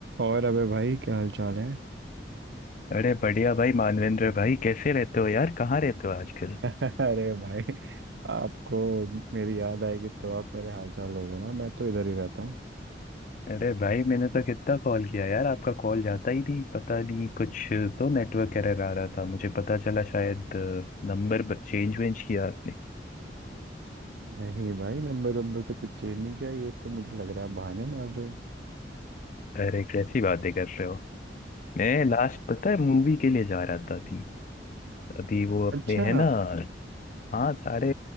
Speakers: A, on the right; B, on the left.
A: और अबे भाई क्या हाल चाल है
B: अरे बढ़िया भाई मानवेंद्र भाई कैसे रहते हो यार कहाँ रहते हो आजकल
A: <laughs> अरे भाई आपको मेरी याद आएगी तो आप मेरे हाल चाल होगा ना मैं तो इधर ही रहता हूँ
B: अरे भाई मैंने तो कितना कॉल किया यार आपका कॉल जाता ही नहीं पता नहीं कुछ तो नेटवर्क एरर आ रहा था मुझे पता चला शायद नंबर चेंज वेंज किया आपने
A: नहीं भाई नंबर नंबर तो कुछ चेंज नहीं किया ये तो मुझे लग रहा है आप बहाने मार रहे हो
B: अरे कैसी बातें कर रहे हो मैं लास्ट पता है मूवी के लिए जा रहा था अभी अभी वो अपने
A: अच्छा
B: है ना हाँ सारे